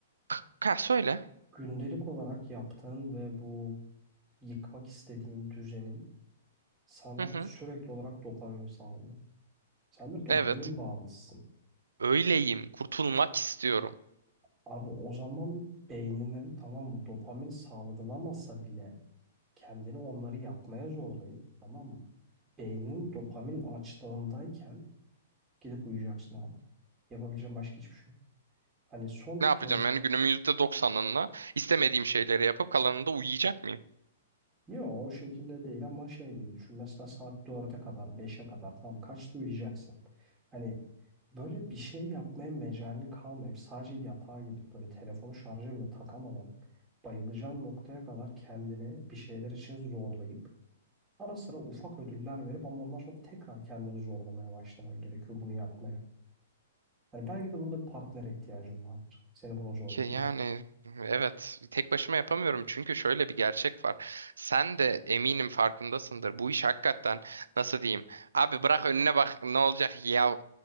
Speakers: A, on the right; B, on the right.
A: k- ha, söyle.
B: gündelik olarak yaptığın ve bu yıkmak istediğin düzenin sana
A: Hı hı.
B: sürekli olarak dopamin sağlıyor. Sen bir dopamin
A: Evet.
B: bağımlısısın.
A: Öyleyim. Kurtulmak istiyorum.
B: Abi o zaman beyninin tamam mı dopamin salgılamasa bile kendini onları yapmaya zorlayıp tamam mı? Beyninin dopamin açtığındayken gidip uyuyacaksın abi. Yapabileceğin başka hiçbir şey Hani son Tamam.
A: Ne
B: tüketici
A: yapacağım yani günümün %90'ında istemediğim şeyleri yapıp kalanında uyuyacak mıyım?
B: yok o şekilde değil ama şey gibi düşün. Mesela saat dörde kadar beşe kadar tamam kaçta uyuyacaksın? Hani böyle bir şey yapmaya mecalin kalmayıp sadece yatağa gidip böyle telefonu şarja bile takamadan bayılacağın noktaya kadar kendini bir şeyler için zorlayıp ara sıra ufak ödüller verip ama ondan sonra tekrar kendini zorlamaya başlaman gerekiyor bunu yapmaya. Hani belki de burada bir partnere ihtiyacın vardır. Seni buna zorlayacak.
A: Ki yani evet tek başıma yapamıyorum çünkü şöyle bir gerçek var. Sen de eminim farkındasındır. Bu iş hakikaten nasıl diyeyim? Abi bırak önüne bak ne olacak ya